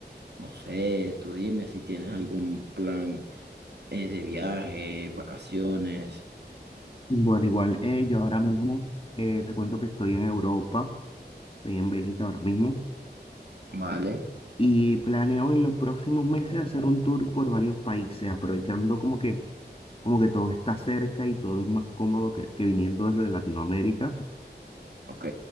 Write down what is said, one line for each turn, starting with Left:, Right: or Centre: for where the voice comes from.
Right: no sé, tú dime si tienes algún plan eh, de viaje, vacaciones,
Left: Bueno, igual eh, yo ahora mismo eh, te cuento que estoy en Europa, estoy en Bélgica ahora mismo,
Right: ¿vale?
Left: y planeo en los próximos meses hacer un tour por varios países, aprovechando como que, como que todo está cerca y todo es más cómodo que, que viniendo desde Latinoamérica.
Right: Ok,